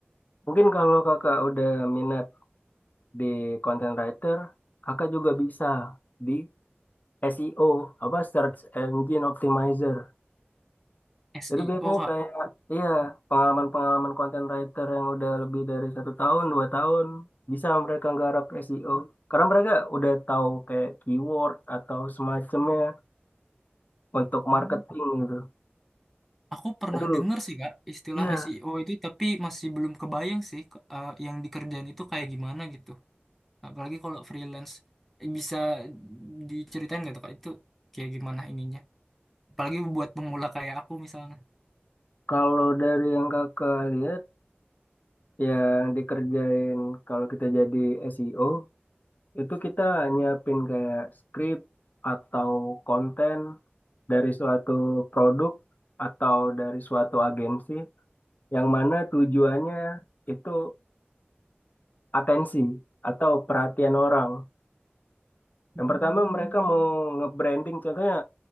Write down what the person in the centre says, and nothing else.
SEO
Kak.
Oh,
aku pernah
dengar sih Kak istilah
SEO itu tapi masih belum kebayang sih ke- eh, yang dikerjain itu kayak gimana gitu. Apalagi kalau freelance Eh, bisa diceritain nggak tuh Kak itu kayak gimana ininya? Apalagi buat pemula kayak aku misalnya.
Hmm,